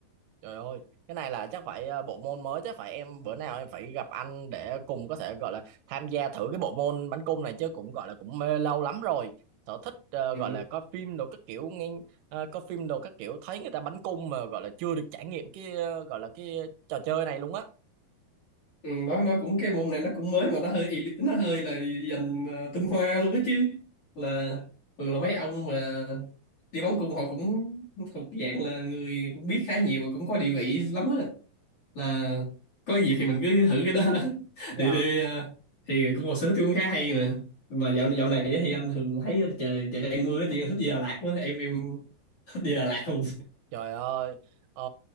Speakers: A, on the right; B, on the left.
A: Trời ơi, cái này là chắc phải ờ, bộ môn mới chắc phải em bữa nào em phải gặp anh để cùng có thể gọi là tham gia thử cái bộ môn bắn cung này chứ cũng gọi là cũng mê lâu lắm rồi. Sở thích ờ,
B: ừ.
A: gọi là coi phim đồ các kiểu nghe ờ, coi phim đồ các kiểu thấy người ta bắn cung mà gọi là chưa được trải nghiệm cái ờ, gọi là cái trò chơi này luôn á.
B: Ừ, nó nó cũng cái môn này nó cũng mới mà nó hơi elite, nó hơi là dành ờ, tinh hoa luôn đó chứ là thường là mấy ông mà đi bắn cung họ cũng thuộc dạng là người cũng biết khá nhiều và cũng có địa vị lắm á là có dịp thì mình cứ thử cái đó <laughs>
A: Dạ.
B: để đi ờ, thì cũng một sở thích cũng khá hay mà mà dạo dạo này á thì anh thường thấy trời trời đang mưa thì anh thích đi Đà Lạt quá em em thích đi Đà Lạt không
A: Trời ơi, ờ,